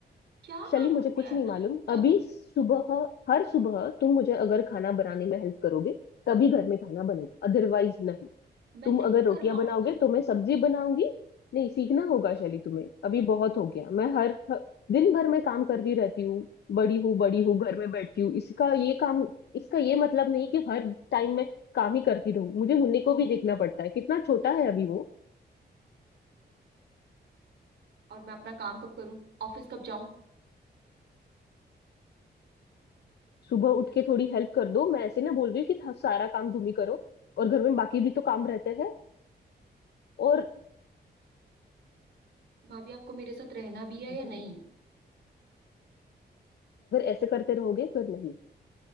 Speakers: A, on the right; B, on the left.
A: क्या
B: शली
A: काम
B: मुझे
A: होते
B: कुछ
A: हैं
B: नहीं मालूम
A: कब
B: अभी सुबह हर सुबह तुम मुझे अगर खाना बनाने में हेल्प करोगे तभी घर में खाना बनेगा अदरवाइज नहीं
A: मैं
B: तुम
A: नहीं
B: अगर रोटियां
A: कर पाऊंगी
B: बनाओगे तो मैं सब्जी बनाऊंगी नहीं सीखना होगा शैली तुम्हें अभी बहुत हो गया मैं हर हर- दिन भर में काम करती रहती हूँ बड़ी हूँ बड़ी हूँ घर में बैठती हूँ इसका ये काम इसका ये मतलब नहीं कि हर टाइम में काम ही करती रहूँ मुझे मुन्नी को भी देखना पड़ता है कितना छोटा है अभी वो
A: और मैं अपना काम कब करूं ऑफिस कब जाऊं
B: सुबह उठ के थोड़ी हेल्प कर दो मैं ऐसे ना बोल रही हूँ कि था- सारा काम तुम ही करो और घर में बाकी भी तो काम रहते हैं और
A: भाभी आपको मेरे साथ रहना भी है या
B: अगर
A: नहीं
B: ऐसे करते रहोगे फिर नहीं